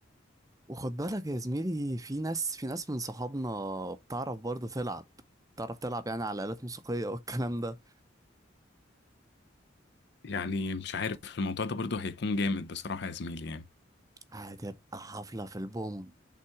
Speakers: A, on the right; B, on the left.
A: وخد بالك يا زميلي في ناس في ناس من صحابنا بتعرف برضه تلعب بتعرف تلعب يعني على آلات موسيقية والكلام ده
B: يعني مش عارف الموضوع ده برضو هيكون جامد بصراحة يا زميلي يعني
A: هتبقى حفلة في البوم